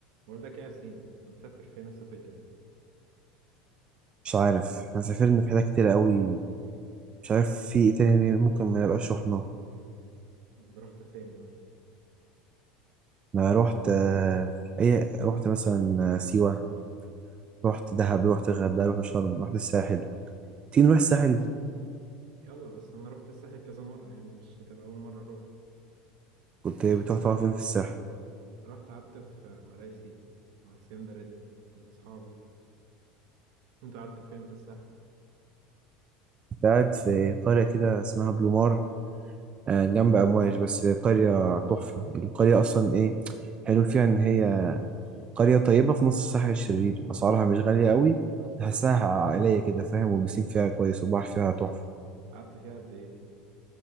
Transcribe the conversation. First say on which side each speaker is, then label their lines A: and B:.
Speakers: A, on the right; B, on the right.
A: بقول لك ايه يا ياسين هنسافر فين الصيف الجاي
B: مش عارف احنا سافرنا في حتت كتير قوي مش عارف في ايه تاني ممكن ما نبقاش رحنا
A: رحت فين مثلا
B: ما رحت آه، ايه رحت مثلا آه، سيوة رحت دهب رحت الغردقة رحت شرم رحت الساحل تيجي نروح الساحل
A: يلا بس انا رحت الساحل كذا مره يعني مش هتبقى اول مره اروح
B: كنت بتروح تقعد فين في الساحل
A: رحت قعدت في مراسي مع سندرد عند اصحابي <laughs> انت قعدت فين في الساحل
B: كنت قاعد في قرية كده اسمها بلومار آه، جنب أمواج بس قرية تحفة القرية أصلا إيه حلو فيها إن هي قرية طيبة في نص الساحل الشرير أسعارها مش غالية قوي تحسها عائلية كده فاهم والبسين فيها كويس والبحر فيها تحفة
A: قعدت فيها قد ايه دي